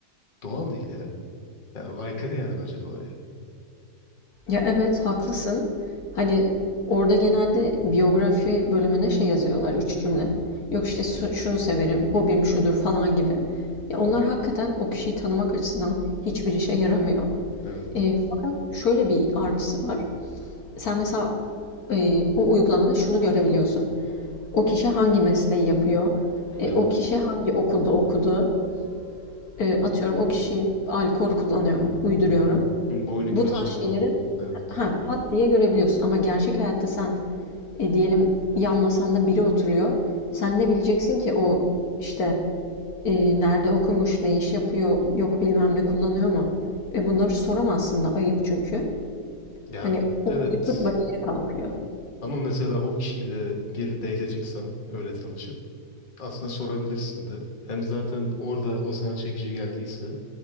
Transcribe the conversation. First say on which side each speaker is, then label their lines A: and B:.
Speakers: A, on the left; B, on the left.
A: doğal değil ya. Ya, aykırı yani bence doğaya.
B: Ya evet haklısın. Hani orada genelde biyografi bölümüne şey yazıyorlar üç cümle. Yok işte su- şunu severim, hobim şudur falan gibi. Ya onlar hakikaten o kişiyi tanımak açısından hiçbir işe yaramıyor.
A: Evet.
B: E, fakat şöyle bir artısı var. Sen mesela e, o uygulamada şunu görebiliyorsun. O kişi hangi mesleği yapıyor? E,
A: Evet.
B: o kişi hangi okulda okudu? E, atıyorum o kişi alkol kullanıyor mu? Uyduruyorum.
A: Hmm. Hmm, Boyunu
B: Bu
A: kilosunu
B: tarz
A: falan.
B: şeyleri
A: Evet.
B: ha, pat diye görebiliyorsun. Ama gerçek hayatta sen e, diyelim yan masanda biri oturuyor. Sen ne bileceksin ki o işte e, nerede okumuş, ne iş yapıyor, yok bilmem ne kullanıyor mu? Ve bunları soramazsın da ayıp çünkü.
A: Ya
B: Hani o
A: evet.
B: ayıplık bariyeri kalkıyor.
A: Ama mesela o kişiyle bir date çıksam öyle tanışıp aslında sorabilirsin de. Hem zaten orada o sana çekici geldiyse